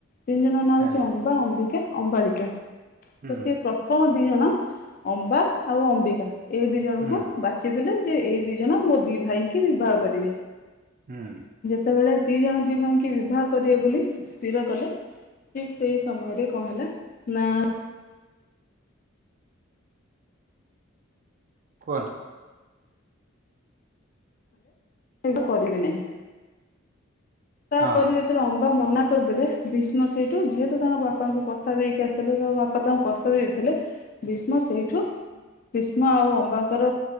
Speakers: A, on the left (about 45°); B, on the right (about 40°).
A: ତିନି ଜଣଙ୍କ ନାଁ ହେଉଛି
B: ଆଜ୍ଞା।
A: ଅମ୍ବା ଅମ୍ବିକା। ଅମ୍ବଳିକା।
B: ହୁଁ
A: ତ ସିଏ ପ୍ରଥମ ଦି ଜଣ ଅମ୍ବା ଆଉ ଅମ୍ବିକା। ଏଇ ଦି ଜଣଙ୍କୁ
B: ହୁଁ
A: ବାଛିଲେ। ଯେ ଏଇ ଦି ଜଣ ମୋ ଦି ଭାଇ କି ବିବାହ କରିବେ।
B: ହୁଁ।
A: ସେତେବେଳେ ଦି ଜଣ ଦି ଭାଇକି ବିବାହ କରିବେ ବୋଲି ସ୍ଥିର କଲେ, ଠିକ ସେଇ ସମୟରେ କଣ ହେଲା ନାଁ
B: କୁହନ୍ତୁ,?
A: ବେ କରିବି ନାହିଁ। ତାପରେ
B: ହଁ
A: ଯେତେବେଳେ ଅମ୍ବା ମନା କରିଦେଲେ ଭୀଷ୍ମ ସେଇଠୁ ଯେହେତୁ ତାଙ୍କ ବାପାଙ୍କୁ କଥା ଦେଇକି ଆସିଥିଲେ ତାଙ୍କ ବାପା ତାଙ୍କୁ କଥା ଭୀଷ୍ମ ସେଇଠୁ ଯେହେତୁ ତାଙ୍କ ବାପା ଙ୍କୁ କଥା ଦେଇକି ଆସିଥିଲେ ଦେଇଥିଲେ ଭୀଷ୍ମ ସେଇଠୁ ଭୀଷ୍ମ ଆଉ ଅମ୍ବାଙ୍କର